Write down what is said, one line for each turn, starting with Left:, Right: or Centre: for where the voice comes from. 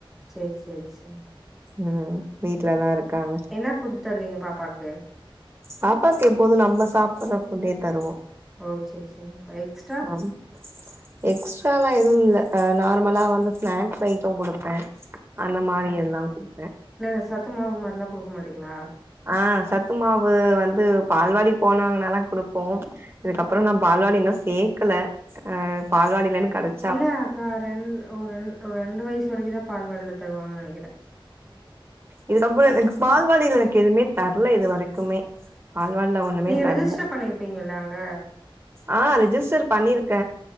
Centre: சேர் செரி செரிங்க்கா
Right: ம் வீட்ல தா இருக்காங்க
Centre: என்னா ஃபுட் தருவீங்க பாப்பாக்கு
Right: பாப்பாக்கு எப்போது நம்ம சாப்ட்ற ஃபுட்டே தருவோ
Centre: ஓ செரி செரிங்க்கா எக்ஸ்ட்ரா
Right: ஒன் எக்ஸ்ட்ராலா எதுவு இல்ல ஆ நார்மலா வந்து ஸ்நாக்ஸ் ஐட்ட குடுப்ப அந்த மாரி
Centre: ஆ
Right: எல்லா குடுப்ப
Centre: இல்ல இந்த சத்து மாவு மாதிரிலா குடுக்க மாட்டீங்களா
Right: ஆ சத்து மாவு வந்து பால்வாடி போனாங்கனா தா குடுப்போ இதுக்கப்பற நா பால்வாடி சேக்கல ஆ பால்வாடில்லன் கடக்
Centre: இல்ல அக்கா ரெண் ஒ ரெண் ஒரு ரெண்டு வயசு வரைக்கு தா பால்வாடில தருவாங்கன் நெனைக்கிற
Right: இதுக்கப்பற எனக்கு பால்வாடில எனக்கு எதுமே தரல இது வரைக்குமே பால்வாடில ஒன்னுமே
Centre: நீங்க
Right: தரல
Centre: ரிஜிஸ்டர் பண்ணிருப்பீங்கல்ல அங்க
Right: ஆ ரெஜிஸ்டர் பண்ணிருக்க